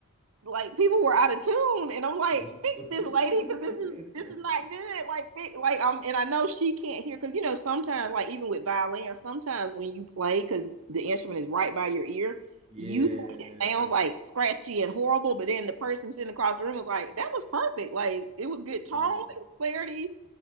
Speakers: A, on the right; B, on the right.
A: like people were out of tune and I'm like
B: <laughs>
A: fix this lady because this is this is not good like fix, like um and I know she can't hear because you know sometimes like even with violin sometimes when you play because the instrument is right by your ear
B: Yeah,
A: you sound Mm. like scratchy and horrible but then the person sitting across the room was like that was perfect like it was good tone
B: bro.
A: and clarity